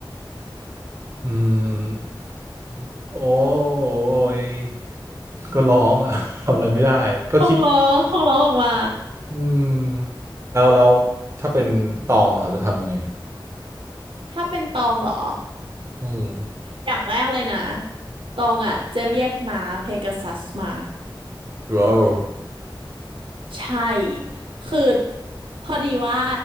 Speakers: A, on the right; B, on the right.
A: อืมโอ้ยก็ร้องอ่ะ <laughs> ทำอะไรไม่ได้ก็คิด
B: คงร้องคงร้องออกมา
A: อืมแล้วแล้วถ้าเป็นตองล่ะครับจะทำยังไง
B: ถ้าเป็นตองเหรอ
A: อืม
B: อย่างแรกเลยนะตองอ่ะจะเรียกม้าเพกาซัสมา
A: ว้าว
B: ใช่คือพอดีว่า